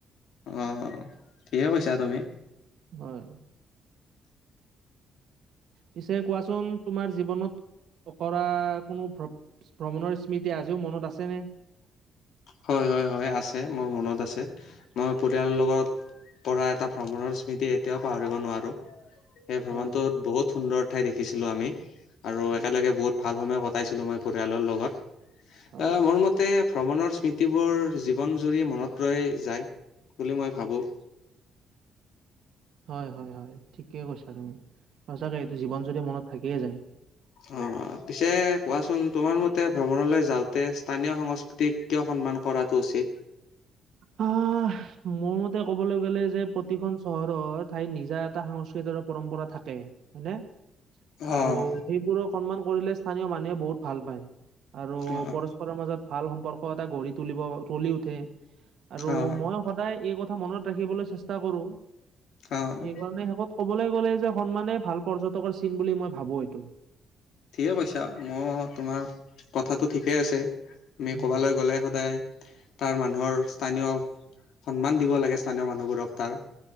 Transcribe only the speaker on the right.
হয়। পিছে কোৱাচোন তোমাৰ জীৱনত কৰা কোনো ভ্ৰমণৰ স্মৃতি আজিও মনত আছেনে?
হয়
উম
হয়
হয়-হয়-হয়, ঠিকেই কৈছা তুমি। সঁচাকৈ এইটো জীৱন জুৰি মনত থাকিয়ে যায়।
আহ, মোৰ মতে ক'বলৈ গ'লে যে প্ৰতিখন চহৰৰ ঠাইত নিজা এটা সংস্কৃতি আৰু পৰম্পৰা থাকে, হয়নে?
আৰু সেইবোৰক সন্মান কৰিলে স্থানীয় মানুহে বহুত ভাল পায়। আৰু
পৰস্পৰৰ মাজত ভাল সম্পৰ্ক এটা গঢ়ি তুলিব তুলি উঠে। আৰু
মই সদায় এই কথা মনত ৰাখিবলৈ চেষ্টা কৰো।
সেইকাৰণে শেষত কব। কব গ'লে যে সন্মানে ভাল পৰ্যটকৰ চিন বুলি মই ভাবো এইটো।
উম।